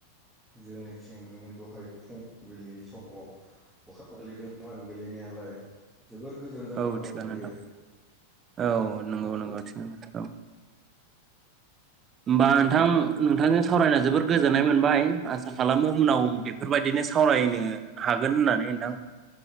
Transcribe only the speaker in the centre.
जोंनि। थिं दहाय फुं। गोरलै समाव अखा गोलैदोंमोन गोलैनायालाय। जोबोर गोजोन जाना
दायो
बोथोरा